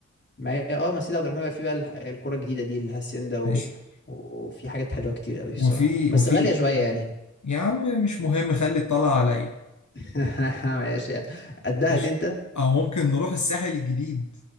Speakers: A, on the left (about 40°); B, on the left (about 75°).
A: ما هي اه مسجد عبد الرحمن بقى فيه بقى الح- الكوره الجديده دي اللي هاسيندا و...
B: ماشي
A: وفي حاجات حلوه كتير قوي الصراحه
B: وفي
A: بس
B: وفي
A: غاليه شويه يعني
B: يا عم مش مهم خلي الطلعه عليا
A: <laughs> ماشي قدها
B: ماشي
A: دي انت
B: او ممكن نروح الساحل الجديد